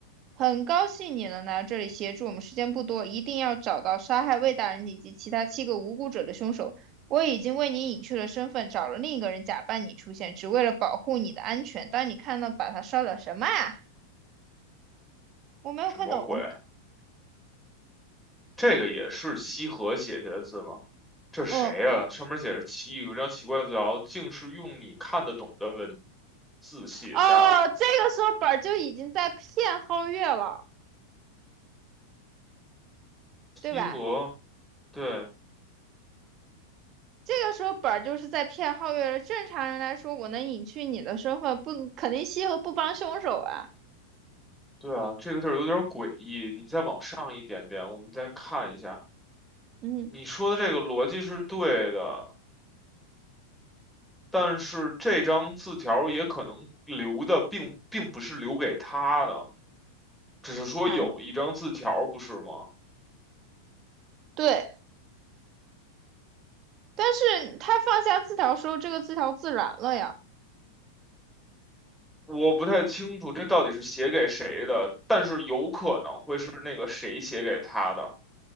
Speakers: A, on the right (about 35°); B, in the centre.
A: 很高兴你能来到这里协助我们，时间不多，一定要找到杀害魏大人以及其他七个无辜者的凶手。我已经为你隐去了身份，找了另一个人假扮你出现，只为了保护你的安全。当你看到把他烧掉，什么呀？我没有看懂。
B: 什么鬼？这个也是西河写下的字吗？这谁呀、
A: 嗯，
B: 上面写着奇有一张奇怪的字条，竟是用你看得懂的文字写下。
A: 哦，这个时候本儿就已经在骗皓月了，
B: 西河，
A: 对吧？
B: 对
A: 这个时候本儿就是在骗皓月了。正常人来说，我能隐去你的身份，不肯定西河不帮凶手啊。
B: 对啊，这个地儿有点诡异。你再往上一点点，我们再看一下。
A: 嗯
B: 你说的这个逻辑是对的，但是这张字条也可能留的并并不是留给他的，只是说有一张字条，
A: 嗯，
B: 不是吗？
A: 对。但是他放下字条时候，这个字条自燃了呀。
B: 我不太清楚这到底是写给谁的，但是有可能会是那个谁写给他的，